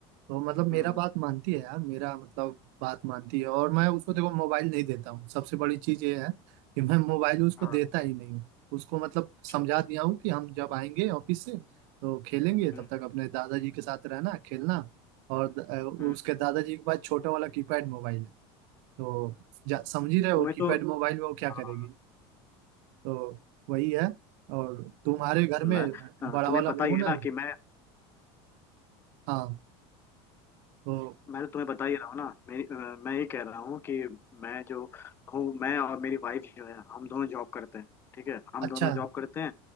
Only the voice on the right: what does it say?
तो मतलब मेरा
बात मानती है यार मेरा मतलब बात मानती है और मैं उसको देखो मोबाइल नहीं देता हूँ सबसे बड़ी चीज ये है कि मैं मोबाइल उसको
देता ही नहीं हूँ उसको मतलब
समझा
दिया हूँ कि हम जब आएंगे ऑफिस से तो खेलेंगे
तब तक अपने दादाजी के साथ रहना खेलना और द- अ,
उसके दादाजी के पास छोटा वाला कीपैड मोबाइल है तो जा- समझ ही रहे हो
कीपैड
मोबाइल में वो क्या
करेगी तो वही है और तुम्हारे घर
में
बड़ा
वाला
फोन
है
हाँ तो
अच्छा